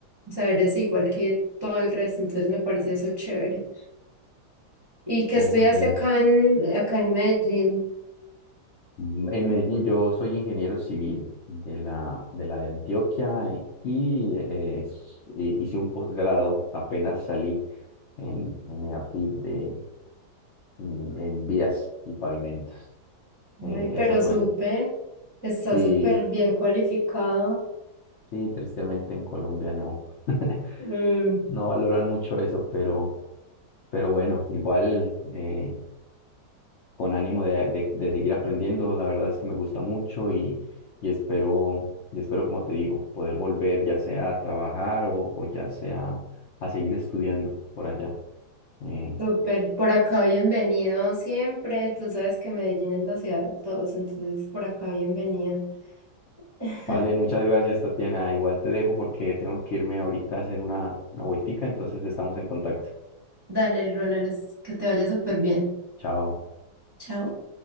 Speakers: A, on the right; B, on the left.
A: o sea, eres igual que todo el resto, entonces me parece eso chévere. Y que
B: pues,
A: estudiaste acá en, acá en Medellín,
B: mm, en Medellín yo soy ingeniero civil de la de, la de Antioquia eh, y eh, s- eh, hice un posgrado, apenas salí en, en EAFIT de, en, en vías y pavimentos. Eh,
A: ay, pero
B: eso fue.
A: súper, está
B: Sí,
A: súper bien cualificado.
B: sí, tristemente en Colombia no, <laughs>
A: Mm.
B: no valoran mucho eso, pero, pero bueno, igual. eh, con ánimo de, de- de seguir aprendiendo. La verdad es que me gusta mucho y, y espero, y espero, como te digo, poder volver ya sea a trabajar o, o ya sea a seguir estudiando por allá. Eh,
A: Súper, por acá bienvenido siempre. Tú sabes que Medellín es la ciudad de todos, entonces por acá bienvenido. <laughs>
B: vale, muchas gracias, Tatiana. Igual te dejo porque tengo que irme ahorita a hacer una, una vueltica, entonces estamos en contacto.
A: Dale, Ronald, es- que te vaya súper bien.
B: Chao.
A: Chao.